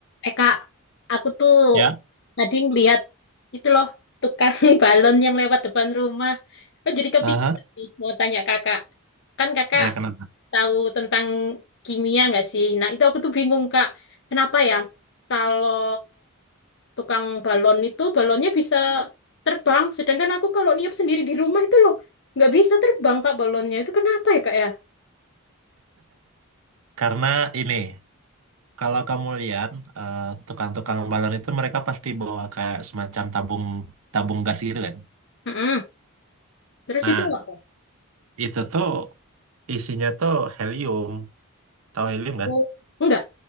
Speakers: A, on the left; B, on the right.
A: Eh kak, aku tuh
B: Ya,
A: tadi ngeliat itu loh tukang <laughs> balon yang lewat depan rumah. Oh, jadi kepikiran
B: Aha,
A: nih, mau tanya kakak. Kan kakak
B: ya kenapa?
A: tahu tentang kimia nggak sih? Nah itu aku tuh bingung kak, kenapa ya kalau tukang balon itu balonnya bisa terbang, sedangkan aku kalau niup sendiri di rumah itu loh nggak bisa terbang kak balonnya. Itu kenapa ya kak ya?
B: karena ini kalau kamu lihat eh, tukang-tukang balon itu mereka pasti bawa kayak semacam tabung tabung gas gitu kan.
A: Mm-mm. Terus
B: Nah,
A: itu nggak? Kak?
B: itu tuh isinya tuh helium. Tahu helium kan?
A: Oh, Enggak.